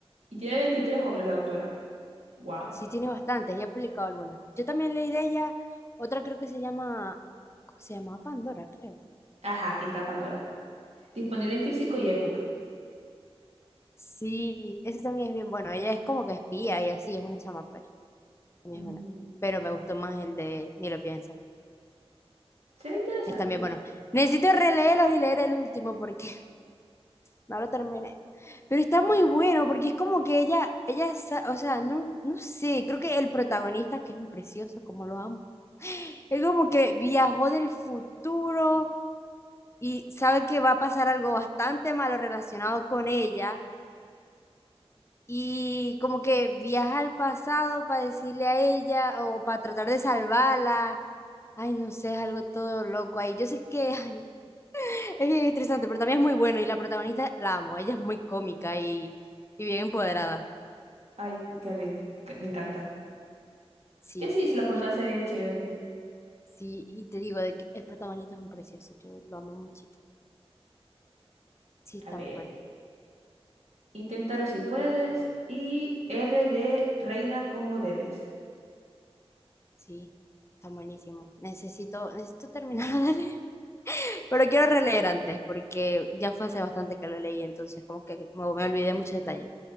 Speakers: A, on the right; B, on the left.
A: Y tiene 23 obras la autora. Wow.
B: Sí, tiene bastantes, ya ha publicado algunas. Yo también leí de ella, otra creo que se llama, ¿cómo se llama Pandora, creo.
A: Ajá, aquí está Pandora. Disponible en físico y ebook.
B: Sí, ese también es bien bueno, ella es como que espía y así, es una chama, pues, también
A: Ujú.
B: es buena. Pero me gustó más el de Ni lo pienso,
A: Se ve interesante.
B: es también bueno. Necesito releerlos y leer el último porque no lo terminé. Pero está
A: Ah,
B: muy bueno porque es como que ella, ella, sa- o sea, no, no sé, creo que el protagonista, que es un precioso, como lo amo, es como que viajó del futuro y sabe que va a pasar algo bastante malo relacionado con ella y como que viaja al pasado para decirle a ella o para tratar de salvarla. Ay, no sé, es algo todo loco ahí. Yo sé que <laughs> ay, es bien estresante, pero también es muy bueno y la protagonista la amo, ella es muy cómica y, y bien empoderada.
A: ay, qué rind- que- Me encanta.
B: Sí,
A: Que sí, si la portada
B: y el-
A: se ve chévere.
B: sí, y te digo de que el protagonista es un precioso, yo lo amo muchito. Sí, está
A: A ver,
B: muy bueno.
A: inténtalo si puedes. Y R de reina como debes.
B: Sí, está buenísimo. Necesito, necesito terminar de leer. <laughs> Pero quiero releer antes, porque ya fue hace bastante que lo leí, entonces como que me, me olvidé muchos detalles.